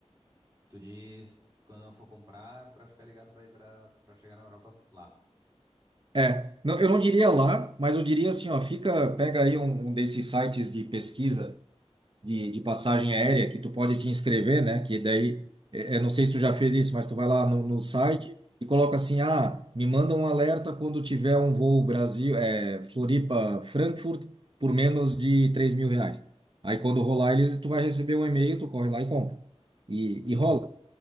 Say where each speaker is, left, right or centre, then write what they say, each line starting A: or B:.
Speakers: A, on the right; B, on the right.
A: Tu diz quando eu for comprar é pra ficar ligado pra ir pra, pra chegar na Europa lá.
B: É, não, eu não diria lá, mas eu diria assim, ó, fica, pega aí um, um desses sites de pesquisa de, de passagem aérea que tu pode te inscrever, né? Que daí, é, é, não sei se tu já fez isso, mas tu vai lá no, no site e coloca assim, ah, me manda um alerta quando tiver um voo Brasil, é, Floripa, Frankfurt, por menos de três mil reais. Aí quando rolar eles, tu vai receber um e-mail, tu corre lá e compra. E,
A: Entendi.
B: e rola,